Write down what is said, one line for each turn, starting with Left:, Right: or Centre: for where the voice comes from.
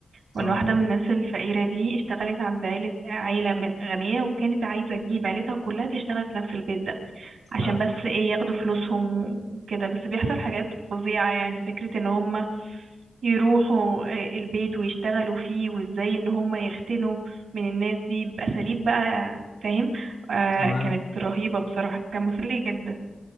Left: تمام
Right: وان واحده من الناس الفقيره دي اشتغلت عند عيله عيله من غنيه وكانت عايزه تجيب عيلتها كلها تشتغل في نفس البيت ده عشان
Left: حلو
Right: بس ايه ياخدوا فلوسهم وكده بس بيحصل حاجات فظيعة يعني فكرة ان هم يروحوا آه، البيت ويشتغلوا فيه وازاي ان هم يختنوا من الناس دي بأساليب بقى فاهم آه
Left: تمام
Right: كانت رهيبة بصراحة كان مسلي جدا